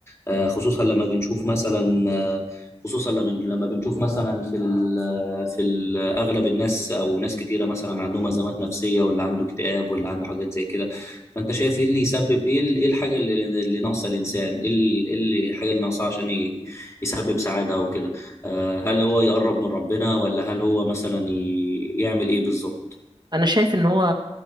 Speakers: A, on the left; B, on the right.
A: آه، خصوصا لما بنشوف مثلا آه، خصوصا لما لما بنشوف مثلا في ال آه، في ال اغلب الناس او ناس كتيره مثلا عندهم ازمات نفسيه واللي عنده اكتئاب واللي عنده حاجات زي كده فانت شايف ايه اللي يسبب ايه ال- ايه الحاجه اللي اللي ناقصه الانسان ايه ال- إيه اللي- الحاجه اللي ناقصه عشان ي- يسبب سعاده وكده آه، هل هو يقرب من ربنا ولا هل هو مثلا ي- يعمل ايه بالظبط
B: انا شايف ان هو